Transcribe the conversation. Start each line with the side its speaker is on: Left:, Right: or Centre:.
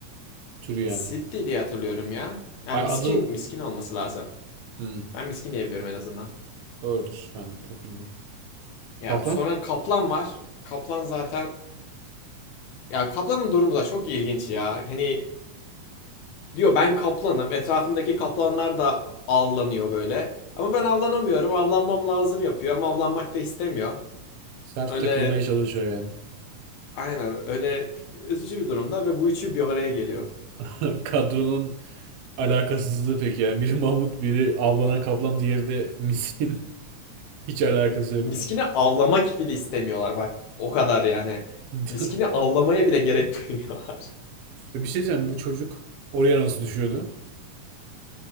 Right: Türü yani.
Left: Sid diye hatırlıyorum ya. Yani
Right: Hayır
Left: miskin
Right: adı...
Left: miskin olması lazım.
Right: Hmm,
Left: Ben miskin diyebiliyorum en azından.
Right: doğrudur. Ben çok bilmiyorum.
Left: Ya
Right: Kaplan?
Left: sonra kaplan var. Kaplan zaten Ya kaplanın durumu da çok ilginç ya. Hani diyor ben kaplanım. Etrafındaki kaplanlar da avlanıyor böyle. Ama ben avlanamıyorum. Avlanmam lazım yapıyor ama avlanmak da istemiyor.
Right: Sert
Left: Öyle
Right: takılmaya çalışıyor yani.
Left: aynen öyle üzücü bir durumda ve bu üçü bir araya geliyor.
Right: <laughs> Kadronun alakasızlığı pek yani. Biri Mahmut, biri avlanan kaplan, diğeri de miskin. <laughs> Hiç alakası yok
Left: Miskini
Right: bunun.
Left: avlamak bile istemiyorlar bak. O kadar yani.
Right: <laughs>
Left: Miskini avlamaya bile gerek duymuyorlar.
Right: Bir şey diyeceğim. Bu çocuk oraya nasıl düşüyordu?